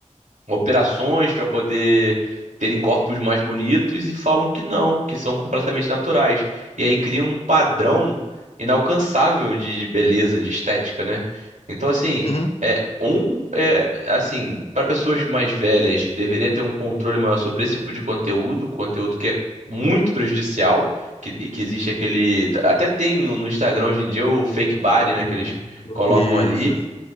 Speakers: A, on the right; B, on the left.
A: operações para poder terem corpos mais bonitos e falam que não, que são completamente naturais. E aí criam um padrão inalcançável de de beleza, de estética, né? Então, assim,
B: Uhum.
A: é um é assim, para pessoas mais velhas, deveria ter um controle maior sobre esse tipo de conteúdo, conteúdo que é muito prejudicial, que, e que existe aquele, até tem no, no Instagram hoje em dia o fake body,
B: Isso,
A: né, que eles colocam
B: Isso,
A: ali